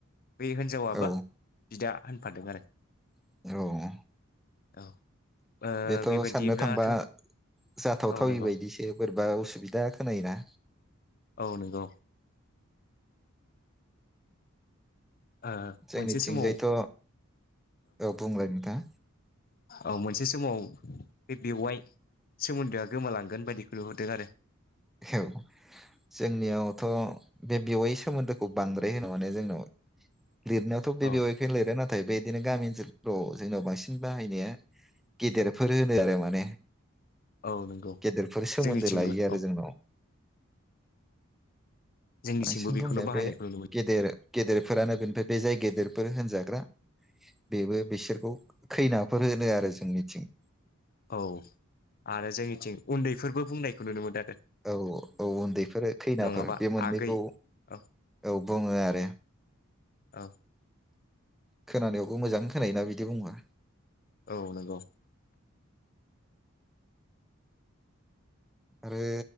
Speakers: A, on the left; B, in the centre.
A: बे हिनजावाबो
B: औ
A: बिदा होनफादों आरो।
B: औ
A: औ ओ
B: बेथ'
A: बेबायदिब्लाथ'
B: साननो थांबा जाथावथावै
A: औ नंगौ
B: बायदिसो बो बा असुबिदा खोनायोना
A: औ नंगौ। ओ
B: जोंनिथिंजायथ'
A: मोनसे समाव
B: औ बुंलाय नोंथांआ
A: औ मोनसे समाव बे बेवाइ सोमोन्दोआ गोमालांगोन बायदिखौ नुहरदों आरो।
B: औ जोंनियावथ' बे बेवाइ सोमोन्दोखौ बांद्राय होनो माने जोंनाव। लिरनायावाथ' बे
A: औ
B: बेवायखौनो लिरो नाथाय बेबायदिनो गामि ओनसोल फ्रौ जोंनाव बांसिन बाहायनाया गेदेरफोर होनो आरो माने
A: औ नंगौ
B: गेदेरफोर सोमोन्दो
A: जोंनिथिंबो
B: लायो
A: औ
B: आरो जोंनाव
A: जोंनिथिंबो
B: बांसिन
A: बेखौनो
B: बुंनाया
A: बाहायनायखौ
B: बे
A: नुनो
B: गेदेर गेदेरफोरानो बेनिफाय बे जाय गेदेरफोर होनजाग्रा बेबो बिसोरखौ खैनाफोर होनो आरो जोंनिथिं।
A: औ आरो जोंनिथिं उन्दैफोरबो बुंनायखौ नुनो मोनदों। आरो
B: औ औ उन्दैफोर खैनाफोर
A: नङाबा
B: बे मोननैखौ
A: आगै औ
B: औ बुङो आरो।
A: औ
B: खोनानायावबो मोजां खोनायो ना बिदि बुंबा।
A: औ नंगौ
B: आरो